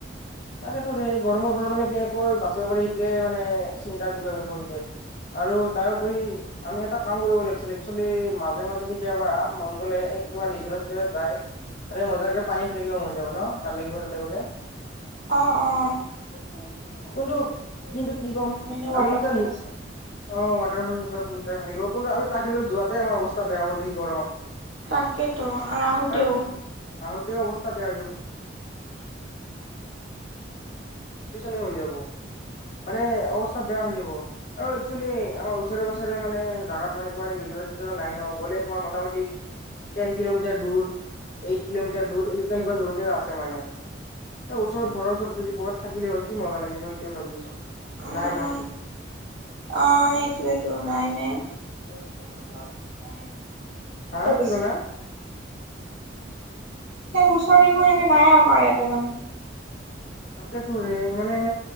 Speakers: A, on the left; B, on the right.
A: তাকেতো গৰমৰ পৰা মানে কেনেকৈ বাচিব পাৰি এইটোৱে মানে চিন্তাৰ বিষয়ে হৈ পৰিছে আৰু তাৰ উপৰি আমি এটা কাম কৰিব লাগিব একচোৱেলি মাজে মাজে কেতিয়াবা মন গলে একবাৰে নিজৰে চিজৰা যায় আৰে মজাকে পানী ফ লাকিব মন যাব ন ভাল লাগিব তাতে গলে
B: অ অ শুনিছো
A: কিন্তু
B: জালুকবাৰী
A: কিন্তু কি
B: বুত
A: ক'ম
B: ম ৱাটাৰফল
A: আমি যেতিয়া
B: আছে
A: অ' ৱাটাৰফুল ভালিব কোনো আমি তাক লৈ যোৱাতে আমাৰ অৱস্থা বেয়া হব যি গৰম <unintelligible>
B: তাকেতো আহোতেও
A: আৰু আহোঁতেও অৱস্থা বেয়া হৈ যাব। <unintelligible> মানে অৱস্থা বেয়া হৈ যাব আৰু একচুৱেলি আমাৰ ওচৰে পাছৰে মানে জাগাত মানে তোমাৰ নিজৰ চিজৰা নাই নগ'লে তোমাৰ মোটামুটি টেন কিলোমিটাৰ দূৰ এইট কিলোমিটাৰ দূৰ এনেকুৱা এনেকুৱা দূৰতে আছে মানে এ ওচৰত ঘৰ ওচৰত যদি ক'বাত থাকিল হয় কি মজা লাগিল হয় সেইটো ভাবি আছোঁ।
B: উম
A: নাই ন
B: অ সেইটোয়েতো নাই নাই ওচৰত নাই
A: হা
B: দূৰত
A: কি
B: আছে
A: ক'লা
B: ওচৰৰে একো এনেকে নাই আমাৰ ইয়াতে মানে
A: তাকেটো এই মানে